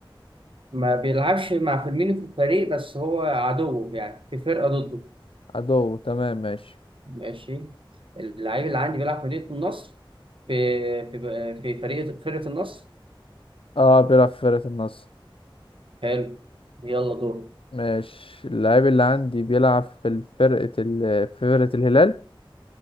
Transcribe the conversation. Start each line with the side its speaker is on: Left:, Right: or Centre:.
Right: ما بيلعبش مع فيرمينو في الفريق بس هو عدوه يعني في فرقة ضده
Left: عدو تمام ماشي
Right: ماشي اللعيب اللي عندي بيلعب في مدينة النصر في في في فريق فرقة النصر
Left: اه بيلعب في فرقة النصر
Right: حلو يلا دور
Left: ماشي اللاعب اللي عندي بيلعب في فرقة ال... في فرقة الهلال